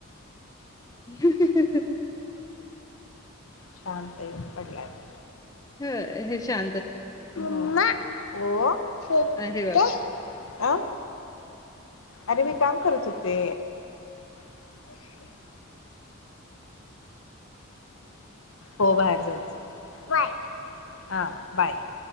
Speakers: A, on the left; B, on the left.
A: <inaudible>
B: शांत येऊन पडलाय तो
A: हु हे शां
B: मम्मा ओ शेतय
A: अरे बापरे
B: अं अरे मी काम करत हुते <inaudible> हो बाहेर जायचं बाय हा बाय